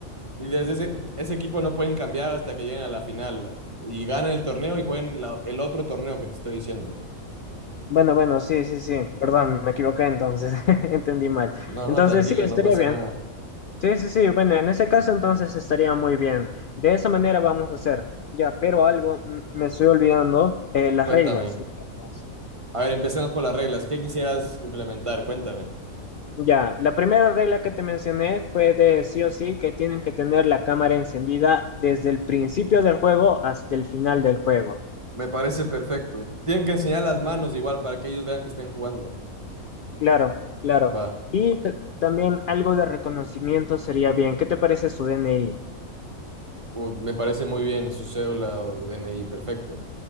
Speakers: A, on the right; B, on the left.
A: y desde ese, ese equipo no pueden cambiar hasta que lleguen a la final y ganen el torneo y jueguen la- el otro torneo que te estoy diciendo.
B: Bueno, bueno, sí, sí, sí. Perdón, me equivoqué entonces. <laughs> Entendí mal.
A: No,
B: Entonces,
A: no, tranquilo,
B: sí, estaría
A: no pasa
B: bien.
A: nada.
B: Sí, sí, sí. Bueno, en ese caso entonces estaría muy bien. De esa manera vamos a hacer. Ya, pero algo mm, me estoy olvidando. eh, las
A: Cuéntame.
B: reglas. Las- reglas.
A: A ver, empecemos por las reglas. ¿Qué quisieras implementar? Cuéntame.
B: Ya, la primera regla que te mencioné fue de sí o sí que tienen que tener la cámara encendida desde el principio del juego hasta el final del juego.
A: Me parece perfecto. Tienen que enseñar las manos igual para que ellos vean que estén jugando.
B: Claro, claro.
A: Va.
B: Y ta- también algo de reconocimiento sería bien. ¿Qué te parece su DNI?
A: Uh, me parece muy bien su cédula o DNI. Perfecto.